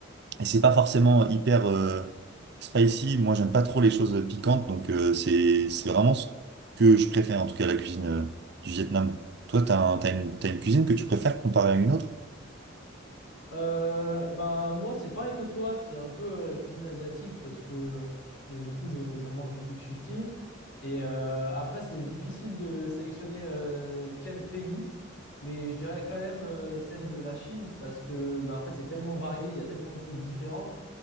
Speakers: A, on the right; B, on the left.
A: Et c'est pas forcément hyper euh, spicy. Moi, j'aime pas trop les choses piquantes, donc euh, c'est c'est vraiment ce que je préfère, en tout cas la cuisine euh, du Vietnam. Toi, t'as un- t'as une, t'as une cuisine que tu préfères comparée à une autre?
B: Euh, bah moi c'est pareil que toi, c'est un peu euh, la cuisine asiatique parce que bah, du coup je- j'en mange depuis que je suis petit. Et euh, après c'est difficile de sélectionner euh, quel pays, mais je dirais quand même euh, celle de la Chine parce que bah, en fait c'est tellement varié, il y a tellement de choses différentes